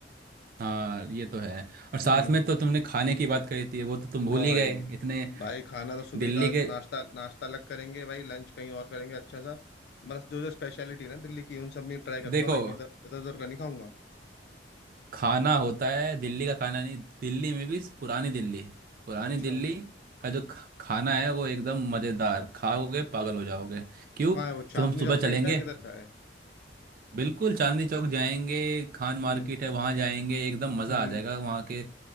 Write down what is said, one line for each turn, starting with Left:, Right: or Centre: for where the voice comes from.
Right: हाँ ये तो है और साथ
Left: हम्म
Right: में तो तुमने खाने की बात करी थी वो तो तुम भूल
Left: हाँ
Right: ही
Left: भाई
Right: गए इतने
Left: भाई खाना तो सुबह
Right: दिल्ली
Left: का
Right: के
Left: नाश्ता नाश्ता अलग करेंगे भाई लंच कहीं और करेंगे अच्छा सा मतलब जो जो स्पेशलिटी ना दिल्ली की उन सब में ट्राई करूंगा
Right: देखो
Left: भाई मैं इधर इधर उधर का नहीं खाऊंगा
Right: खाना होता है दिल्ली का खाना नहीं दिल्ली में भी पुरानी दिल्ली पुरानी
Left: अच्छा
Right: दिल्ली का जो ख- खाना है वो एकदम मजेदार खाओगे पागल हो जाओगे क्यों
Left: तो कहाँ है वो चांदनी
Right: तो हम सुबह
Left: चौक साइड
Right: चलेंगे
Left: का है, किधर का है
Right: बिल्कुल चांदनी चौक जाएंगे खान मार्केट
Left: हम्म
Right: है वहां जाएंगे एकदम मजा
Left: हम्म
Right: आ जाएगा वहां के